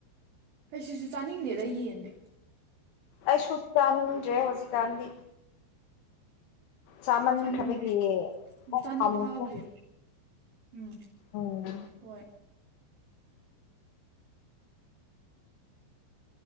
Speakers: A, on the right (about 65°); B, on the left (about 75°).
A: ꯀꯩꯁꯨꯁꯨ ꯆꯥꯅꯤꯡꯗꯦꯗ ꯌꯦꯟꯗꯤ
B: ꯑꯩꯁꯨ ꯆꯥꯅꯤꯡꯗ꯭ꯔꯦ ꯍꯧꯖꯤꯛꯀꯥꯟꯗꯤ ꯆꯥꯃꯟꯈ꯭ꯔꯕꯒꯤ
A: ꯆꯥꯅꯤꯡꯗꯦ
B: ꯄꯨꯛ
A: ꯆꯥꯅꯤꯡꯕ
B: ꯊꯟꯈ꯭ꯔꯦ
A: ꯐꯥꯎꯗꯦ ꯎꯝ
B: ꯎꯝ
A: ꯍꯣꯏ